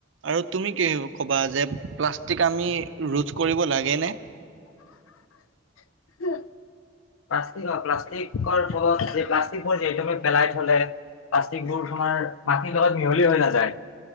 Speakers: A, on the right; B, on the left.
A: আৰু তুমি কি ক'বা যে প্লাষ্টিক আমি ৰোধ কৰিব লাগেনে?
B: <unintelligible> প্লাষ্টিক প্লাষ্টিকৰ ফলত প্লাষ্টিকবোৰ যিহেতু আমি পেলাই থ'লে প্লাষ্টিক বোৰ তোমাৰ মাটিৰ লগত মিহলি হৈ নাযায়।